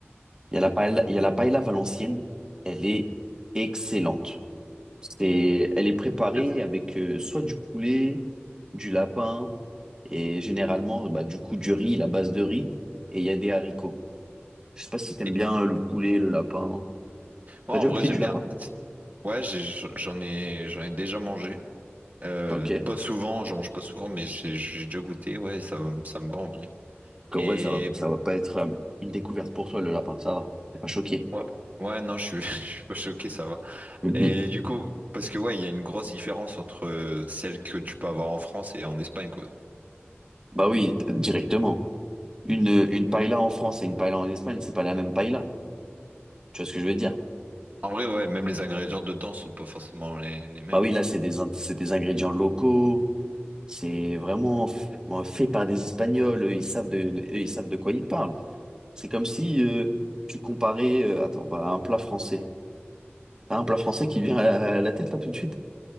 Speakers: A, on the right; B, on the right.
A: il y a la paella, il y a la paella valencienne. Elle est excellente. C'est, elle est préparée
B: Est-ce-
A: avec euh, soit du poulet, du lapin et généralement bah, du coup du riz, la base de riz et il y a des haricots. Je sais pas si t'aimes
B: et-
A: bien euh, le poulet, le lapin.
B: Moi,
A: T'as
B: en
A: déjà
B: vrai,
A: goûté
B: j'aime
A: du lapin?
B: bien. Ouais, j'ai- j'en ai, j'en ai déjà mangé. Euh,
A: Ok. Donc,
B: pas souvent, j'en mange pas souvent, mais j'ai j'ai déjà goûté. Ouais, ça, me- ça me va en vrai.
A: En
B: Et
A: vrai, ça va, ça va pas être euh, une découverte pour toi le lapin, ça va. T'es pas choqué.
B: ouais, ouais, non, je suis, <laughs> je suis pas choqué, ça va.
A: Mhm.
B: Et du coup, parce que ouais, il y a une grosse différence entre euh, celle que tu peux avoir en France et en Espagne, quoi.
A: Bah oui, t- directement. Une, euh, une paella en France et une paella en Espagne, c'est pas la même paella. Tu vois ce que je veux dire?
B: En vrai, ouais, même les ingrédients dedans sont pas forcément les, les mêmes,
A: Bah oui,
B: du
A: là,
B: coup.
A: c'est des, in- c'est des ingrédients locaux. C'est vraiment f- bon, fait par des Espagnols, eux, ils savent de, de- eux, ils savent de quoi ils parlent. C'est comme si euh, tu comparais euh, attends, bah, un plat français. T'as un plat français qui vient à la à la tête là tout de suite.